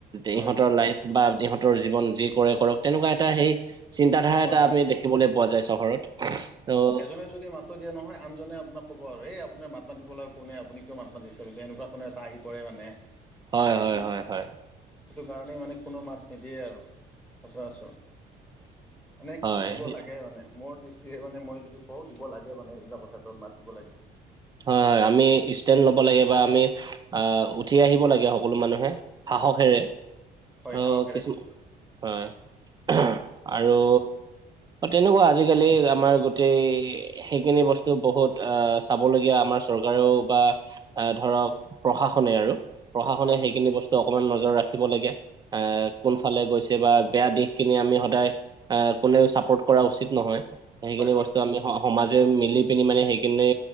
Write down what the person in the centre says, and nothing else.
হয়
হয়
হয়
যোনে যদি মাত টো দিয়ে নহয় আনজনে আপোনাক ক'ব আৰু এই আপোন মাত মাতিবলগা কোনে আপুনি কিয় মাত মাতিছে বুলি এনেকুৱা ধৰণৰ এটা আহি পৰে মানে
সেটো
সেটো কাৰণে মানে কোনো মাত নিদিয়ে আৰু সচৰাচ এনে
কিন্তু দিব
লাগে মানে মোৰ দৃ ষ্টিৰে মানে মই যদি কওঁ দিব লাগে মানে এইবিলাকৰ ক্ষেত্ৰত মাত দিব লাগে।
হয়
সাহসেৰে
হয়
হয় হয়